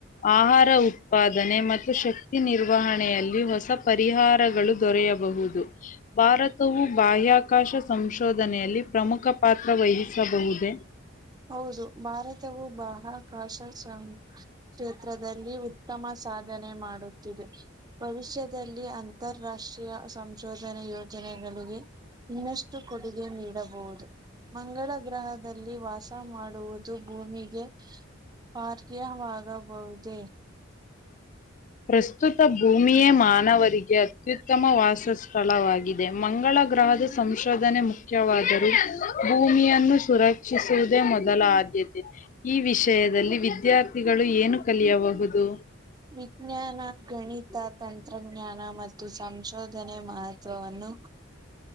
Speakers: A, on the left (about 40°); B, on the right (about 20°).
A: ಆಹಾರ ಉತ್ಪಾದನೆ ಮತ್ತು ಶಕ್ತಿ ನಿರ್ವಹಣೆಯಲ್ಲಿ ಹೊಸ ಪರಿ ಪಹಾರಗಳು ದೊರೆಯಬಹುದು ಭಾರತವು ಬಾಹ್ಯಾಕಾಶ ಸಂಶೋಧನೆಯಲ್ಲಿ ಪ್ರಮುಖ ಪಾತ್ರ ವಹಿಸಬಹುದೇ
B: ಹೌದು ಭಾರತವು ಬಾಹ್ಯಾಕಾಶ ಸಂ ಕ್ಷೇತ್ರದಲ್ಲಿ ಉತ್ತಮ ಸಾಧನೆ ಮಾಡುತ್ತಿದೆ ಭವಿಷ್ಯದಲ್ಲಿ ಅಂತಾರಾಷ್ಟ್ರೀಯ ಸಂಶೋಧನೆ ಯೋಜನೆಗಳಿಗೆ ಇನ್ನಷ್ಟು ಕೊಡುಗೆ ನೀಡಬಹುದು ಮಂಗಳ ಗ್ರಹದಲ್ಲಿ ವಾಸ ಮಾಡುವುದು ಭೂಮಿಗೆ ಪಾರ್ಥಿ ವಾಗಬಹುದೇ
A: ಪ್ರಸ್ತುತ ಭೂಮಿಯೇ ಮಾನವರಿಗೆ ಅತ್ಯುತ್ತಮ ವಾಸ ಸ್ಥಳವಾಗಿದೆ ಮಂಗಳ ಗ್ರಹದ ಸಂಶೋಧನೆ ಮುಕ್ತಿ ಮುಖ್ಯವಾದರೂ ಭೂಮಿಯನ್ನು ಸುರಕ್ಷಿಸುವುದೇ ಮೊದಲ ಆದ್ಯತೆ ಈ ವಿಷಯದಲ್ಲಿ ವಿದ್ಯಾರ್ಥಿಗಳು ಏನು ಕಲಿಯಬಹುದು
B: ವಿಜ್ಞಾನ ಗಣಿತ ತಂತ್ರಜ್ಞಾನ ಮತ್ತು ಸಂಶೋಧನೆ ಉಸವವನ್ನು